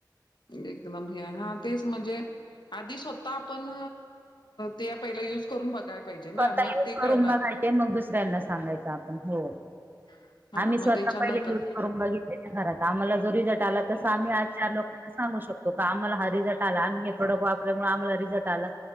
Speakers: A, on the left; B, on the right.
A: एकदम हे हा तेच म्हणजे आधी स्वतः आपण ते पहि युज करून बघायला पाहिजे ना
B: स्वतः
A: मग
B: युज
A: ते कळणार.
B: करून बघायचे मग दुसऱ्यांना सांगायचं आपण हो.
A: <inaudible>
B: आम्ही स्वतः
A: त्याच्यानंतर
B: पहिले युज करून बघितले ना घरात आम्हाला जो रिझल्ट आला तस आम्ही आजच्याार लोकांना सांगू शकतो. तो का आम्हाला हा रिझल्ट आला आम्ही हे प्रॉडक्ट वापरल्यामुळे आम्हाला रिझल्ट आला.